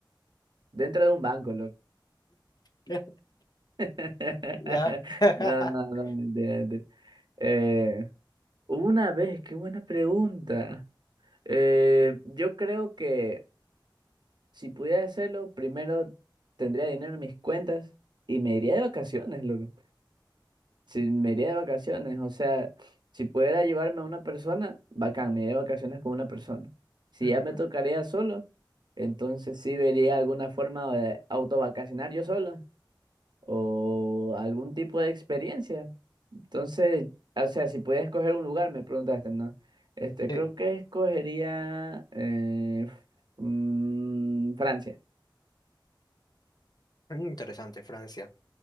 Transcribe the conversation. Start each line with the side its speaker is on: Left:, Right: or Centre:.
Right: dentro de un banco, loco.
Left: <laughs>
Right: <laughs>
Left: ¿Ya? <laughs>
Right: No, no, no, mentira, mentira. Eh, una vez, qué buena pregunta. Eh, yo creo que... Si pudiera hacerlo, primero tendría dinero en mis cuentas y me iría de vacaciones, loco. Si me iría de vacaciones, o sea, si pudiera llevarme a una persona, bacán, me iría de vacaciones con una persona. Si
Left: Ujú.
Right: ya me tocaría solo, entonces sí vería alguna forma de autovacacionar yo solo o algún tipo de experiencia. Entonces, o sea, si pudiera escoger un lugar, me preguntaste, ¿no? Este,
Left: Sí,
Right: creo que escogería eh, mm, Francia.
Left: interesante, Francia.